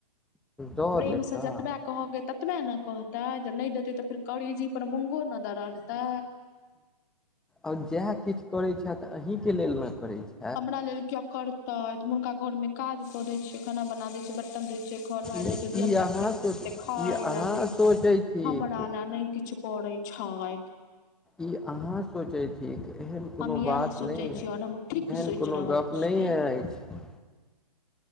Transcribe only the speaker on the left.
प्रेम
से जतबा कहके ततबे ने कहते जे नहि देतै तऽ फेर करेजी पर मूंगो न दररते
हमरा लेल किया करतय हुनका घर मे काज क दै छियै खाना बना दय छिये बर्तन धौ छियै घर बाहर
जाइ छै धिया
पुता
के
देखे खाय
ले देय छै
हमरा लै नै किछ करे छै
हम इएह
सोचै
छी
और हम ठीक
सोचि
रहल
छी